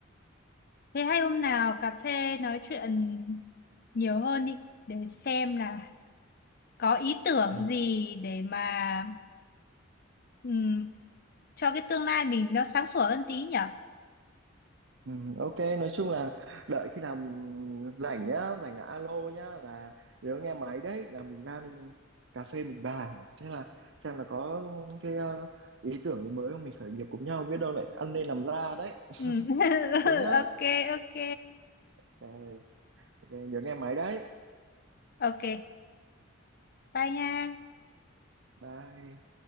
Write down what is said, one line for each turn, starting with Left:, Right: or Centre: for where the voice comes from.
Left: Thế hay hôm nào cà phê nói chuyện nhiều hơn đi để xem là có ý tưởng
Right: Ừ.
Left: gì để mà ừm, cho cái tương lai mình nó sáng sủa hơn tí nhở?
Right: Ừ, ok nói chung là đợi khi nào rảnh nhá rảnh là alo nhá là nếu nghe máy đấy là mình ra cà phê mình bàn thế là xem là có cái ờ, ý tưởng gì mới không mình khởi nghiệp cùng nhau biết đâu lại ăn nên làm ra đấy
Left: Ừm. <laughs>
Right: thế nhá
Left: Ok ok
Right: Ờ, ok, nhớ nghe máy đấy
Left: ok. Bye nha.
Right: bye